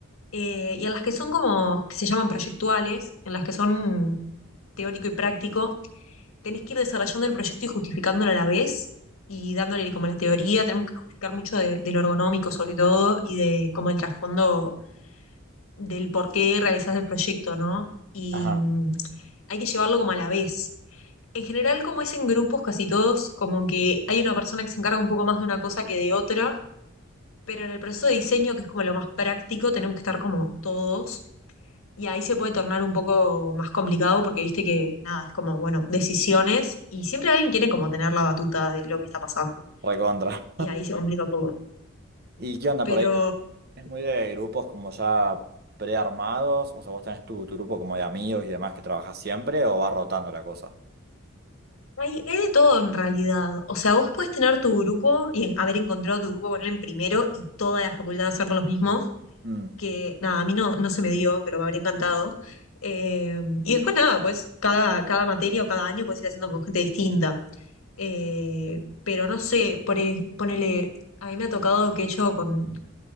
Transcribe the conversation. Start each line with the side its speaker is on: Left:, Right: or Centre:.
Left: eh, y en las que son como, que se llaman proyectuales, en las que son teórico y práctico, tenés que ir desarrollando el proyecto y justificándolo a la vez y dándole como la teoría, tenemos que justificar mucho de, de lo ergonómico sobre todo y de como el trasfondo del por qué realizás el proyecto, ¿no? Y
Right: Ajá.
Left: mm, hay que llevarlo como a la vez. En general, como es en grupos, casi todos, como que hay una persona que se encarga un poco más de una cosa que de otra, pero en el proceso de diseño, que es como lo más práctico, tenemos que estar como todos, y ahí se puede tornar un poco más complicado porque viste que, nada, es como, bueno, decisiones, y siempre alguien quiere como tener la batuta de lo que está pasando,
Right: Recontra.
Left: y ahí se complica un poco.
Right: <laughs> ¿Y qué onda
Left: Pero
Right: por ahí? ¿Es muy de grupos como ya prearmados? O sea, ¿vos tenés tu, tu grupo como de amigos y demás que trabajás siempre o va rotando la cosa?
Left: hay, hay de todo en realidad, o sea, vos puedes tener tu grupo y en- haber encontrado tu grupo, ponerlo en primero y toda la facultad hacer los mismos,
Right: Mm,
Left: que nada, a mí no, no se me dio, pero me habría encantado. Eh, y después nada, pues cada, cada materia o cada año puedes ir haciendo con gente distinta. Eh, pero no sé, por, e- ponele, a mí me ha tocado que he hecho con,